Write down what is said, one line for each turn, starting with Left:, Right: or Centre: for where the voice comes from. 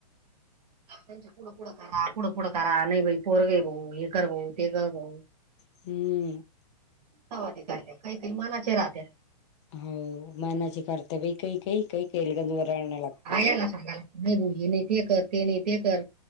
Right: <inaudible> त्यां पुढं पुढं करा. पुढं पुढं करा. नाही बाई पोरगे भाऊ हे कर भाऊ. ते कर भाऊ.
Left: हम्म.
Right: तवा ते करत्या. काही काही मनाचे राहत्या.
Left: होव मनाचे करत्या बाई काही काही. काही काहीला गंज वरळन लागतं.
Right: त्यांना सांगाला. नाही भाऊ हे नाही ते कर. ते नाही ते कर.